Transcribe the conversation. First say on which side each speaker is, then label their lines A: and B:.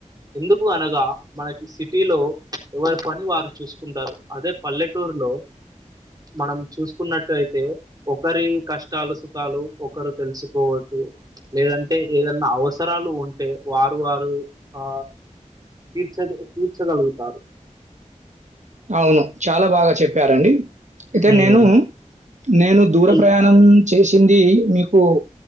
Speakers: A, on the right; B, on the right.
A: ఎందుకు అనగా మనకి సిటీలో ఎవరి పని వారు చూసుకుంటారు అదే పల్లెటూరులో మనం చూసుకున్నట్టయితే ఒకరి కష్టాలు సుఖాలు ఒకరు తెలుసుకోదు లేదంటే ఏదన్నా అవసరాలు ఉంటే వారు వారు ఆ తీర్చ తీర్చగలుగుతారు
B: అవును చాలా బాగా చెప్పారండి అయితే
A: హ్మ్
B: నేను నేను దూర
A: ఉన్
B: ప్రయాణం చేసింది మీకు